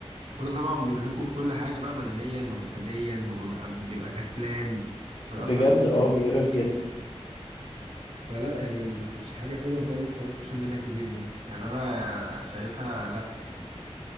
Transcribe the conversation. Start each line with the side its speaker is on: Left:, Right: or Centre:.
Right: كل ده طبعا بيرهقه في كل حاجة بقى بدنيا وجسديا وبيبقى بيبقى كسلان ويأثر
Left: بجد اه بيرهق جدا
Right: فلا يعني مش حاجة حلوة خالص حوار السوشيال ميديا كتير دي يعني أنا شايفها لا يعني